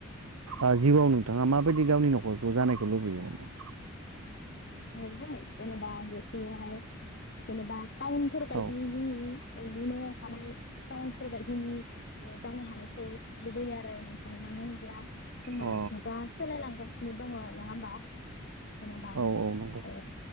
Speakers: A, on the right; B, on the left.
A: ओ जिउआव नोंथाङा माबायदि गावनि न'खरखौ जानायखौ लुबैयो माने
B: अ ओमफ्राय नै जेनेबा जिउआव हाय जेनेबा आंफोर बायदिनि
A: औ
B: लुनो हानाय टाउनफोर बादिनि ओ जानो हानायखौ लुबैयो आरो नोंथां मानो होनोब्ला जोंना
A: अ
B: जुगा सोलायलांगासिनो दङ नङा होमबा जेनेबा
A: औ औ नंगौ
B: ओ